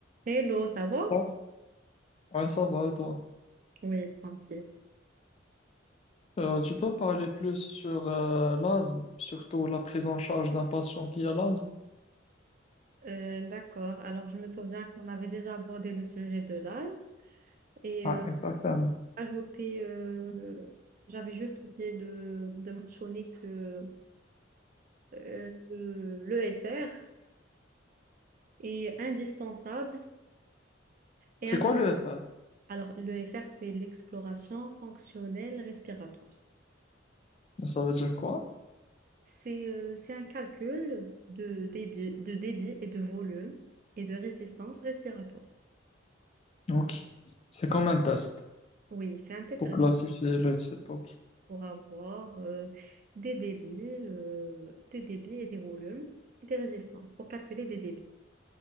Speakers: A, on the right; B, on the left.
A: Hello, ça va?
B: Ouais, ouais, ça va, et toi?
A: Oui, tranquille.
B: Euh, tu peux me parler plus sur euh, l'asthme, surtout la prise en charge d'un patient qui a l'asthme?
A: Euh, d'accord. Alors, je me souviens qu'on avait déjà abordé le sujet de l'âge et
B: Ouais,
A: euh,
B: exactement.
A: ajouté, euh, j'avais juste oublié de, de mentionner que euh, l'EFR est indispensable. Et
B: C'est
A: indi-
B: quoi le FR?
A: Alors, l'EFR, c'est l'exploration fonctionnelle respiratoire.
B: Ça veut dire quoi?
A: C'est euh, c'est un calcul de débit, de débit et de volume et de résistance respiratoire.
B: Ok. C'est comme un test
A: Oui, c'est un test
B: pour classifier le type. Ok.
A: pour avoir euh, des débits, euh, des débits et des volumes et des résistances pour calculer des débits.